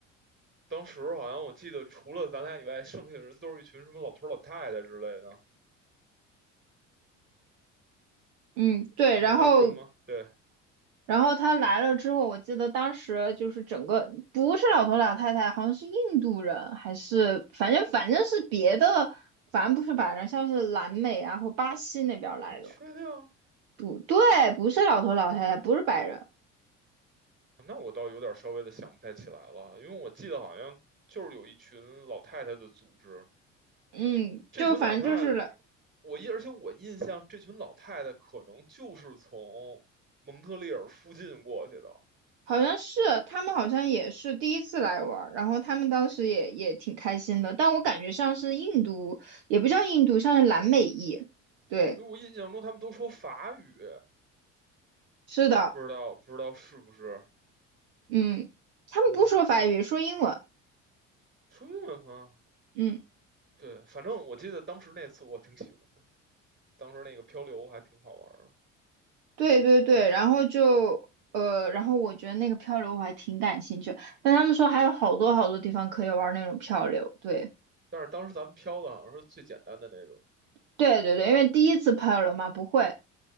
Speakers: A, on the right (about 30°); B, on the right (about 70°).
A: 当时好像我记得，除了咱俩以外，剩下的人都是一群什么老头儿老太太之类的。
B: 嗯，对，
A: 你有在听吗？
B: 然后
A: 对，
B: 然后他来了之后，我记得当时就是整个不是老头老太太，好像是印度人，还是反正反正是别的，反正不是白人，像是南美啊或巴西那边儿来的。
A: 你确定？哦
B: 不对，不是老头老太太，不是白人。
A: 那我倒有点稍微的想不太起来了，因为我记得好像就是有一群老太太的组织，
B: 嗯，
A: 这群老太太，
B: 就反正就是了，
A: 我印，而且我印象这群老太太可能就是从蒙特利尔附近过去的，
B: 好像是他们好像也是第一次来玩儿然后他们当时也也挺开心的，但我感觉像是印度，也不叫印度，像是南美裔。对，
A: 因为我印象中他们都说法语，
B: 是的，
A: 不知道不知道是不是
B: 嗯，他们不说法语，
A: 对的，
B: 说英文。
A: 说英文吗？
B: 嗯，
A: 对，反正我记得当时那次我挺喜欢的，当时那个漂流还挺好玩的，
B: 对对对，然后就呃，然后我觉得那个漂流我还挺感兴趣，但他们说还有好多好多地方可以玩那种漂流，对
A: 但是当时咱们漂的好像是最简单的那种，
B: 对对对，因为第一次漂流嘛，不会，